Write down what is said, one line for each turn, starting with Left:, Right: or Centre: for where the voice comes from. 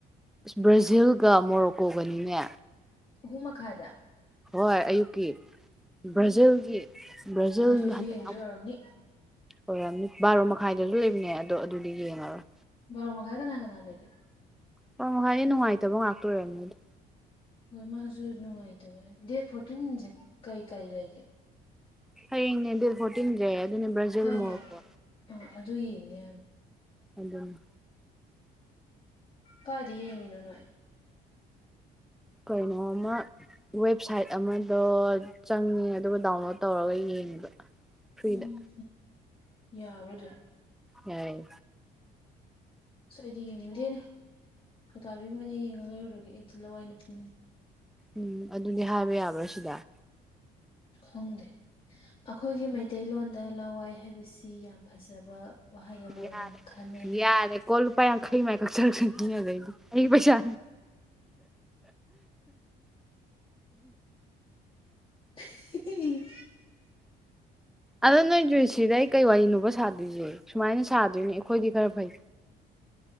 Centre: ꯑ ꯕ꯭ꯔꯥꯖꯤꯜꯒ ꯃꯣꯔꯣꯀꯣꯒꯅꯤꯅꯦ
Left: ꯑꯍꯨꯝꯃ ꯈꯥꯏꯗ
Centre: ꯍꯣꯏ ꯑꯌꯨꯛꯀꯤ ꯕ꯭ꯔꯥꯖꯤꯜꯒꯤ
Left: ꯎꯝ
Centre: ꯕ꯭ꯔꯥꯖꯤꯜꯅ
Left: ꯅꯦꯟꯊꯣꯏꯁꯨ
Centre: ꯍꯟꯗꯛ
Left: ꯌꯦꯡꯗꯣꯏ ꯑꯣꯏꯔꯝꯅꯤ
Centre: ꯑꯣꯏꯔ ꯕꯥꯔꯣ ꯃꯈꯥꯏꯗꯁꯨ ꯂꯩꯕꯅꯦ ꯑꯗꯣ ꯑꯗꯨꯗꯤ ꯌꯦꯡꯉꯔꯣꯏ
Left: ꯕꯥꯔꯣ ꯃꯈꯥꯏ ꯀꯅꯥ ꯀꯅꯥ ꯂꯩꯒꯦ
Centre: ꯍ ꯃꯈꯥꯏꯗꯤ ꯅꯨꯡꯉꯥꯏꯇꯕ ꯉꯥꯛꯇꯣꯔꯔꯝꯅꯤꯗꯤ
Left: ꯍꯣꯏ ꯃꯥꯁꯨ ꯅꯨꯡꯉꯥꯏꯇꯕꯦ ꯗꯦꯠ ꯐꯣꯔꯇꯤꯟꯁꯦ ꯀꯩ ꯀꯩ ꯂꯩꯒꯦ
Centre: ꯍꯌꯦꯡꯅꯦ ꯗꯦꯠ ꯐꯣꯔꯇꯤꯟꯖꯦ ꯑꯗꯨ ꯕꯥꯖꯤꯜ
Left: ꯍꯣꯏ
Centre: ꯃꯣꯔꯣꯛꯀꯣ
Left: ꯍꯣꯏ ꯑꯥ ꯑꯗꯨ ꯌꯦꯡꯅꯦ <unintelligible>
Centre: ꯑꯗꯨꯅꯦ
Left: ꯀꯥꯏꯗꯤ ꯌꯦꯡꯉꯤꯅꯣ ꯅꯣꯏ
Centre: ꯀꯩꯅꯣꯃ ꯋꯦꯕꯁꯥꯏꯠ ꯑꯃꯗꯣ ꯆꯪꯉꯦ ꯑꯗꯨꯒ ꯗꯥꯎꯟꯂꯣꯗ ꯇꯧꯔꯒ ꯌꯦꯡꯉꯦꯕ ꯐ꯭ꯔꯤꯗ
Left: ꯎꯝ ꯌꯥꯕ꯭ꯔꯣ ꯗꯨꯝ
Centre: ꯌꯥꯏ
Left: ꯑꯁ ꯑꯩꯗꯤ ꯌꯦꯡꯅꯤꯡꯗꯦꯅꯦ ꯁꯣꯇꯥꯥꯕꯤꯝ ꯑꯣꯏꯅ ꯌꯦꯡꯉꯒ ꯂꯩꯔꯨꯔꯒꯦ ꯑꯩꯗꯤ ꯂꯋꯥꯏ ꯅꯨ ꯄꯨꯅꯤꯡꯅꯦ
Centre: ꯎꯝ ꯑꯗꯨꯗꯤ ꯍꯥꯏꯕ ꯌꯥꯕ꯭ꯔꯥ ꯁꯤꯗ
Left: ꯈꯪꯗꯦ ꯑꯩꯈꯣꯏꯒꯤ ꯃꯩꯇꯩꯂꯣꯟꯗ ꯂꯋꯥꯏ ꯍꯥꯏꯕꯁꯤ ꯌꯥꯝ ꯐꯖꯕ ꯋꯥꯍꯩ ꯑꯃ ꯑꯣꯏꯅ
Centre: ꯌꯥꯔꯦ
Left: ꯈꯟꯅꯩ
Centre: ꯌꯥꯔꯦ ꯀꯣꯜ ꯂꯨꯄ ꯌꯥꯡꯈꯩ ꯥꯃꯥꯏ ꯀꯛꯆꯔꯛꯁꯅꯤ ꯑꯗꯨꯗꯩꯗꯤ ꯑꯩ ꯄꯩꯁꯥ
Left: <inaudible>
Centre: ꯑꯗꯣ ꯅꯣꯏꯗꯨꯨꯏ ꯁꯤꯗ ꯑꯩ ꯀꯩ ꯋꯥꯔꯤꯅꯣꯕ ꯁꯥꯗꯣꯏꯁꯦ ꯁꯨꯃꯥꯏꯅ ꯁꯥꯗꯣꯏꯅꯤ ꯑꯩꯈꯣꯏꯗꯤ ꯈꯔ ꯐꯩ